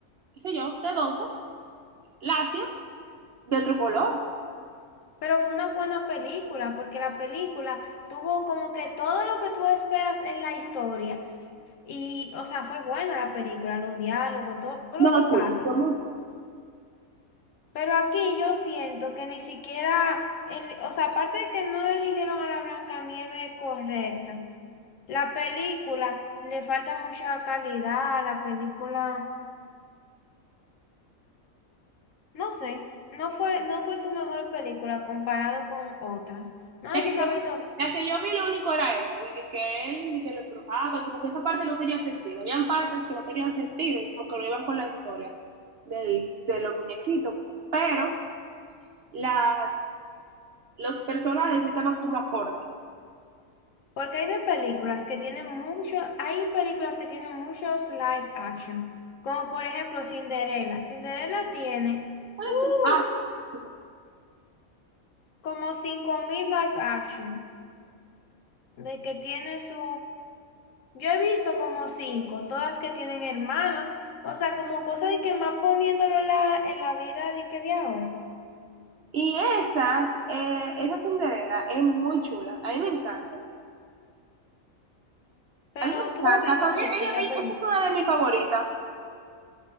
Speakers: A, on the right; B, on the left.
A: qué sé yo, sedoso, lacio, de otro color.
B: pero fue una buena película, porque la película tuvo como que todo lo que tú esperas en la historia. Y, o sea, fue buena la película, los diálogos, todo todo
A: No,
B: lo que pasa.
A: sí, sí, fue muy
B: Pero aquí yo siento que ni siquiera, el- o sea, aparte de que no eligieron a la Blancanieves correcta, la película le falta mucha calidad a la película, no sé, no fue, no fue su mejor película comparado con otras. No
A: Ya
B: sé
A: que
B: si tú
A: yo
B: has
A: vi,
B: visto,
A: ya que yo vi lo único era eso, de que, que él, de que lo embrujaba, y como que esa parte no tenía sentido. Habían partes que no tenían sentido y como que no iban con la historia del, de los muñequitos. Pero las los personajes sí estaban como acorde.
B: porque hay de películas que tienen mucho, hay películas que tienen muchos live action, como por ejemplo Cinderella. Cinderella tiene,
A: ¿Cuál
B: uff,
A: es? el- Ah, sí, sí.
B: como 5.000 live action. de que tiene su... Yo he visto como cinco, todas que tienen hermanas, o sea, como cosa de que más poniéndolo en la, en la vida de que de ahora.
A: Y esa, eh, esa Cinderela es muy chula. A mí me encanta.
B: Pero
A: A mí me
B: tú
A: encanta.
B: has visto
A: Para
B: alguna
A: mí, ella,
B: en la
A: ella-
B: peli?
A: esa es una de mis favoritas.